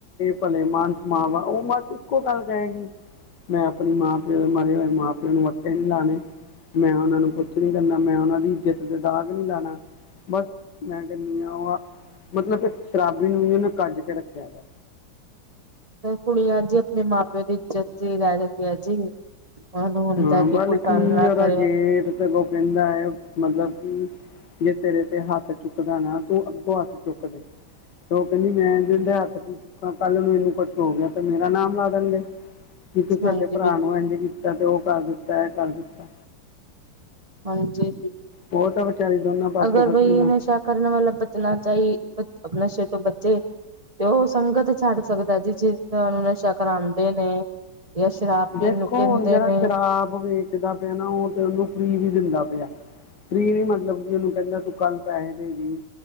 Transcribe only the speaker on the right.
ਕੁੜੀਆਂ ਜੀ, ਆਪਣੇ ਮਾਂ ਪਿਓ ਦੀ ਇੱਜਤ ਚ ਹੀ ਰਹਿ ਜਾਂਦੀਆਂ ਜੀ। ਉਹਨੂੰ ਹੁੰਦਾ
ਕਿ
ਕੋਈ ਗੱਲ
ਨਾ
ਕਰੇ
ਹਾਂਜੀ
ਬਿਲਕੁਲ
ਹਾਂਜੀ,
ਅਗਰ
ਬਈ
ਨਸ਼ਾ ਕਰਨ ਵਾਲਾ ਬਚਣਾ ਚਾਹੀ ਨਸ਼ੇ ਤੋਂ ਬਚੇ ਤੇ ਉਹ ਸੰਗਤ ਛੱਡ ਸਕਦਾ ਜੀ, ਜਿਸ ਤੁੂੰ ਨਸ਼ਾ ਕਰਾਉਂਦੇ ਨੇ ਜਾਂ ਸ਼ਰਾਬ ਪੀਣ
ਨੂੰ ਕਹਿੰਦੇ
ਨੇ